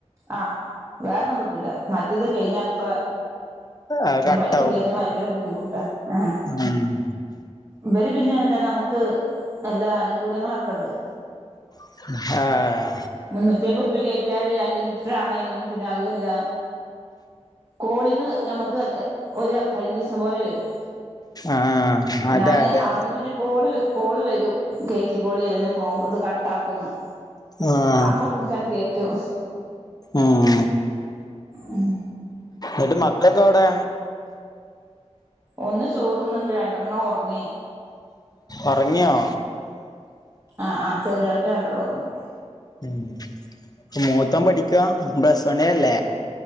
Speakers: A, on the right; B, on the left.
A: ആഹ വേറെൊന്നും കിട്ടൂല. മറ്റത് കഴിഞ്ഞ അപ്പ
B: അത്
A: ഞാൻ
B: കട്ടാവും
A: പൈസ കേറ്റൽ ഭയങ്കര ബുദ്ധിമുട്ടാ ആ.
B: ഉം
A: ഇവര് പിന്നെ എന്താ നമുക്ക് നല്ല അനുകൂല്യങ്ങളൊക്കെ ഉണ്ട്.
B: ഹാ
A: മുന്നൂറ്റി അയ്മ്പത് ഉർപ്യാ കേറ്റിയാല് അൺലിമിറ്റഡ് ആണേനും പിന്നെ അതും അല്ല - കോളിങ്ങ് നമുക്ക് ഒരു പതിനഞ്ച് ദിവസം പോലെ വരും.
B: ആഹ് അതെ
A: ഞാന്
B: അതെ
A: അവിടുന്ന് പിന്നെ കോള്- കോള് വരും കയറ്റികോളീ അല്ലാഞ്ഞ ഫോ ഇത് കട്ടാക്കുംന്ന്,
B: ആഹ്
A: അപ്പൊ പുട് ചാനെ കേറ്റു
B: ഉം
A: ഉം
B: എന്നിട്ട് മക്കക്കെ എവിടെ
A: ഒന്ന് ചോറുന്നണ്ട് രണ്ടെണ്ണം ഒറങ്ങി
B: ഒറങ്ങ്യോ?
A: ആഹ് ആഹ് ചെറിയആട്ട രണ്ടാളും ഒറങ്ങും
B: മം മൂത്തൊൻ പഠിക്കുവാ പ്ലസ് വണിൽ അല്ലെ